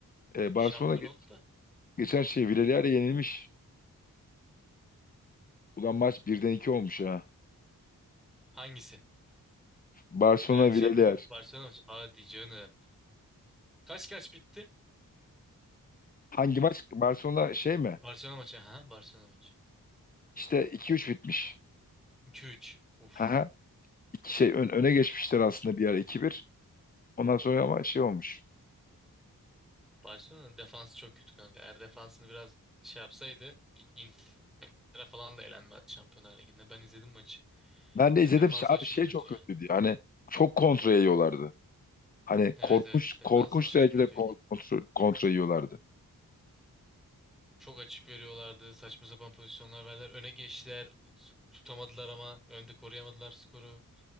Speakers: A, on the left (about 25°); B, in the centre.
A: Ee,
B: Şampiyon
A: Barcelona ge-
B: oldu da.
A: geçen şey Villarreal'e yenilmiş. Ulan maç birden 2 olmuş ha.
B: Hangisi?
A: Barcelona
B: Real şey
A: Villarreal.
B: mi? Barcelona maçı. Hadi canım. Kaç kaç bitti?
A: Hangi maç? Barcelona şey mi?
B: Barcelona maçı. Ha, Barcelona maçı.
A: İşte iki üç bitmiş.
B: 2-3. Uf.
A: Haha. İki şey ön- öne geçmişler aslında bir ara iki bir. Ondan sonra ama şey olmuş.
B: Barcelona'nın defansı çok kötü kanka. Eğer defansını biraz şey yapsaydı Inter'e falan da elenmez Şampiyonlar Ligi'nde. Ben izledim maçı.
A: Ben de
B: Yani
A: izledim.
B: defansı
A: Şey- Abi
B: aşırı
A: şey
B: kötü
A: çok
B: yani.
A: kötüydü. Hani çok kontra yiyorlardı. Hani
B: Evet
A: korkunç
B: evet defans
A: korkunç
B: aşırı
A: derecede
B: kötü
A: kon-
B: yani.
A: kontra, kontra yiyorlardı.
B: Çok açık veriyorlardı. Saçma sapan pozisyonlar verdiler. Öne geçtiler. Tutamadılar ama önde koruyamadılar skoru.